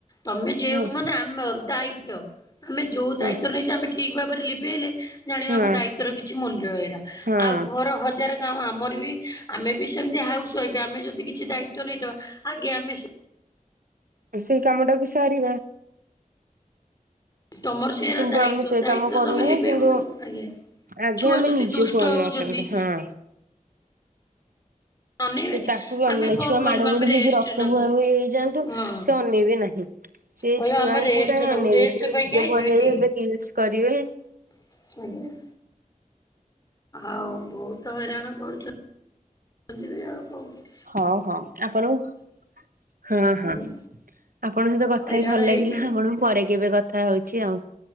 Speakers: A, on the left; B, on the right.
A: ତମେ ଯେଉଁ
B: ହଁ
A: ମାନେ ଆମର ଦାୟିତ୍ଵ। ଆମେ ଯୋଉ ଦାୟିତ୍ଵ
B: ହଁ
A: ନେଇଛ ଆମେ ଠିକ ଭାବରେ ଲିଭେଇଲେ ଜାଣିବା
B: ହଁ
A: ଆମ ଦାୟିତ୍ୱର କିଛି ମୂଲ୍ୟ ରହିଲା।
B: ହଁ
A: ଆଉ ଘର ହଜାର ଗାଁ ଆମର ବି ଆମେ ବି ସେମତି ହାଉସ ୱାଇଫ ଆମେ ଯଦି କି କିଛି ଦାୟିତ୍ଵ ନେଇଥବା ଆଗେ ଆମେ ସେ
B: ଆଉ ସେଇ କାମଟାକୁ ସାରିବା।
A: ତମର ସେଆର
B: କିନ୍ତୁ
A: ଦାୟିତ୍ଵ
B: ଆମେ ସେ
A: ଦାୟିତ୍ଵ
B: କାମ କରୁନାହିଁ
A: ତମେ ଲିଭଇବ
B: କିନ୍ତୁ
A: ନା, ଆଜ୍ଞା।
B: ଆଗେ
A: ଛୁଆ
B: ଆମେ
A: ଯଦି
B: ନିଜକୁ
A: ଦୁଷ୍ଟ
B: ଅନଉଛନ୍ତି
A: ହଉଛନ୍ତି
B: ହଁ।
A: ଅନେଇବେନି
B: ସେ ତାକୁ ବି ଅନେଇ
A: ଆମେ କଣ
B: ଛୁଆ
A: କରିବୁ
B: ମାଡ
A: ଆମେ
B: ଗୋଡି
A: ରେଷ୍ଟ
B: ହେଇକି ରକ୍ତ
A: ନବୁ
B: ବୁହା ବୁହି ହେଇଯାଆନ୍ତୁ
A: ହଁ।
B: ସେ ଅନେଇବେ ନାହିଁ। ସେ
A: କହିଲା
B: ଛୁଆଙ୍କୁ
A: ଆମେ ରେଷ୍ଟ
B: କାହିଁ
A: ନବୁ
B: ଅନେଇବେ
A: ରେଷ୍ଟ
B: ସେ
A: ପାଇଁକି
B: ନିଜକୁ
A: ଆଇଚ
B: ଅନେଇବେ
A: ଏଠିକି।
B: ଏବେ ରିଲ୍ସ କରିବେ।
A: ସରିଗଲା। ଆଉ ବହୁତ ହଇରାଣ କ ଆଜି ବି ଆଉ କଣ କରି
B: ହଉ ହଁ ଆପଣଙ୍କୁ ହଁ ହଁ
A: ଆଜ୍ଞା
B: ଆପଣଙ୍କ ସହିତ କଥା
A: ହଇରାଣ
B: ହେଇ ଭଲ ଲାଗିଲା
A: ହେଇକି
B: ଆପଣଙ୍କୁ ପରେ କେବେ କଥା ହଉଛି ଆଉ